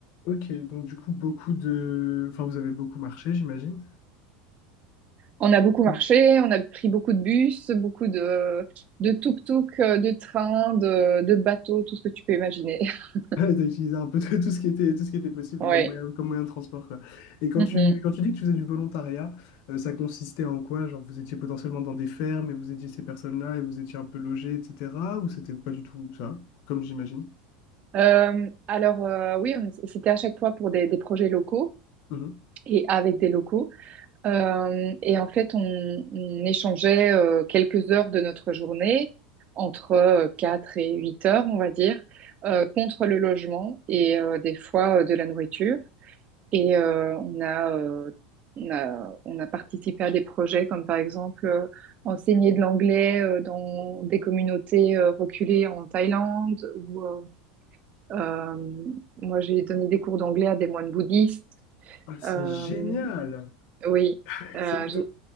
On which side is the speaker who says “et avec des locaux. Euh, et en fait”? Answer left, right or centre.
Right